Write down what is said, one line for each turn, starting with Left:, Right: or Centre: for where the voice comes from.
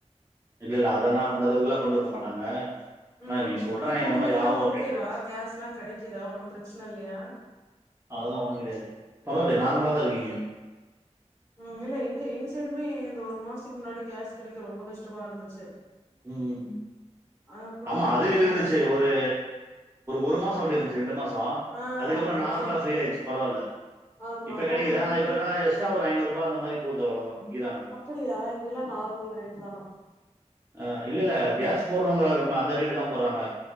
Right: இல்ல இல்ல அதெல்லாம் அந்த அளவுக்கு எல்லாம் கொண்டு போக மாட்டாங்க ஆனா
Left: ம்
Right: நீ சொல்றாங்க
Left: இப்போ
Right: இந்த
Left: உங்களுக்குல்லா
Right: மாரி ஆகும் அப்டின்டு
Left: ஓகேவா கேஸ்லா கெடைக்குதா ஒன்னு பிரச்சன இல்லையா
Right: அதெல்லாம் ஒண்ணும் கிடையாது பரவாயில்ல நார்மலா தானே இருக்கு <unintelligible>
Left: உம் இல்ல எங்க எங்க சைடுமே இந்த ஒரு மாசத்துக்கு முன்னாடி கேஸ் கிடைக்க ரொம்ப கஷ்டமா இருந்துச்சு
Right: உம்
Left: அப்றோ
Right: ஆமா அது இருந்துச்சு
Left: எல்லாரு
Right: ஒரு ஒரு மாசம் அப்டி இருந்துச்சு ரெண்டு மாசம்
Left: ஆ
Right: அதுக்கப்புறம் நார்மலா
Left: ஹோ
Right: ஃப்ரீ ஆயிடுச்சு பரவாயில்ல
Left: ஆமா
Right: இப்ப கெடைக்குது
Left: ஹோட்டல்லா
Right: தான் இப்ப
Left: கூட
Right: இருந்தா எஸ்டா ஒரு ஐநூறுபா அந்த மாரி போது அவ்ளோதான் விக்கிறாங்க.
Left: அப்படியா இங்கெல்லாம் நார்மல் ரேட்டு தானா
Right: அஹ இல்ல இல்ல கேஸ் போடுறவங்க கம் அந்த ரேட்டு தான் போடுறாங்க